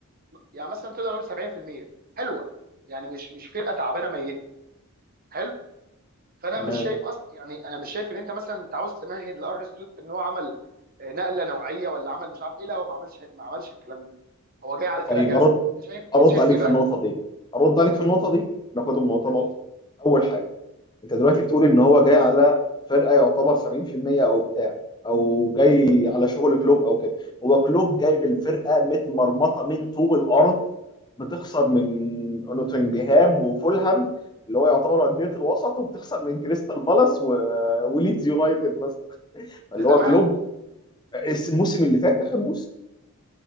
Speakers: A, on the right; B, on the left.
A: يعني مثلا تقدر نقول 70% حلوه يعني مش مش فرقه تعبانه ميته حلو فانا
B: تمام
A: مش شايف اصلا يعني انا مش شايف ان انت مثلا انت عاوز تمهد لارن سلوت ان هو عمل آه، نقله نوعيه ولا عمل مش عارف ايه لا هو ما عملش ما عملش الكلام ده هو جاي على فرقه
B: طيب
A: جاهزه
B: أرد
A: انت شايف
B: أرد
A: انت شايف
B: عليك
A: ايه بقى؟
B: في النقطة دي أرد عليك
A: انا بقول
B: في النقطة دي ناخدهم نقطة
A: ماشي
B: نقطة أول حاجة انت دلوقتي بتقول ان هو جاي على فرقه يعتبر 70% او بتاع او جاي
A: ايوه
B: على شغل كلوب او كده هو كلوب جايب الفرقه متمرمطه من طوب الارض بتخسر من نوتنجهام وفولهام اللي هو يعتبر انديه الوسط وبتخسر من كريستال بالاس و... وليدز يونايتد مثلا اللي
A: ده
B: هو
A: زمان
B: كلوب الس- الموسم اللي فات اخر موسم